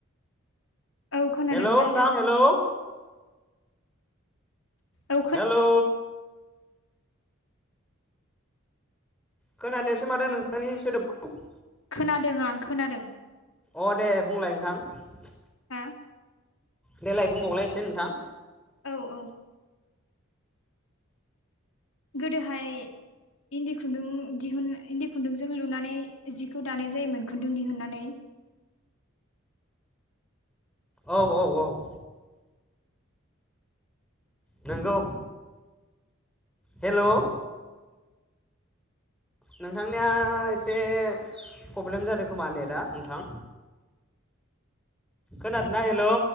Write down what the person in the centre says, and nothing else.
हेलौ
नोंथां हेलौ।
हेलौ। खोनादियासै मादों नोंथांनि सोदोबखौ <unintelligible>
अ दे बुंलाय नोंथां।
देलाय बुंबावलाय एसे नोंथां?
औ औ औ। नोंगौ हेलौ। नोंथांनिया एसे फब्लेम जादों खोमा नेटआ नोंथां? खोनादोंना हेलौ।